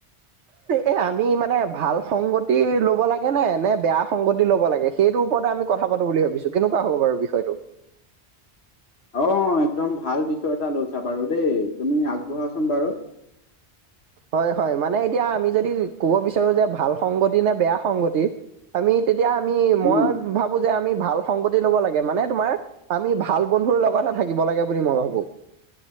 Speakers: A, on the right; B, on the left.
A: এ আমি মানে ভাল সংগতি ল'ব লাগে নে -নে বেয়া সংগতি ল'ব লাগে? সেইটো ওপৰতে আমি কথা পাতো বুলি ভাবিছোঁ কেনেকুৱা হব বাৰু বিষয়টো?
B: অ, একদম ভাল বিষয় এটা লৈছা বাৰু দে তুমি আগবঢ়াচোন বাৰু।
A: হয়-হয় মানে এতিয়া আমি যদি ক'ব বিচাৰোঁ যে ভাল সংগতি নে বেয়া সংগতি আমি তেতিয়া আমি মই
B: উম
A: ভাবো যে আমি ভাল সংগতি ল'ব লাগে মানে তোমাৰ আমি ভাল বন্ধুৰ লগতহে থাকিব লাগে বুলি মই ভাবো।